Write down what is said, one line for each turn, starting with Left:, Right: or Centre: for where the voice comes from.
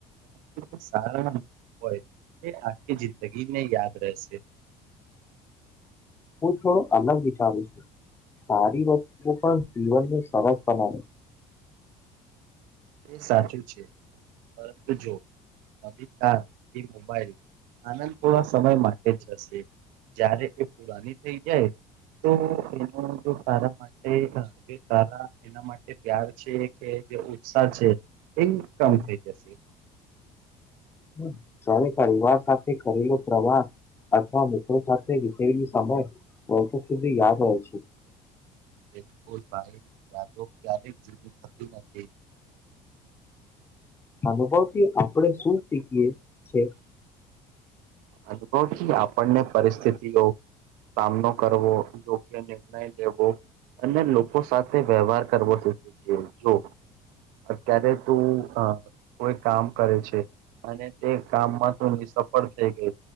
Right: જે સારા હોય, તે આખી જિંદગી યાદ રહે છે.
Left: હું થોડો અલગ વિચારું છુ સારી વસ્તુઓ પણ જીવનને સરળ બનાવે
Right: તે સાચું છે, પરંતુ જો અધિકાર કે મોબાઈલ આનંદ તો થોડા સમય માટે જ હોય છે. જ્યારે એ પુરાની થઇ જાય તો એનો ઉપયોગ સારા માટે <unintelligible> એના માટે પ્યાર છે કે જે ઉત્સાહ છે એ કમ
Left: છે.
Right: થઈ જશે
Left: હ સૌને પરિવાર સાથે કરેલો પ્રવાસ અથવા મિત્રો સાથે વિતાવેલો સમય વર્ષો સુધી યાદ રહે છે
Right: <unintelligible>
Left: અનુભવથી આપડે શું શીખીએ છે?
Right: અનુભવ થી આપણને પરિસ્થિતિઓ સામનો કરવો યોગ્ય નિર્ણય લેવો અને લોકો સાથે વ્યવહાર કરવો જોઈએ જો ક્યારે તું અ કોઈ કામ છે અને તે કામમાં તો ની સફળ થઈ ગઈ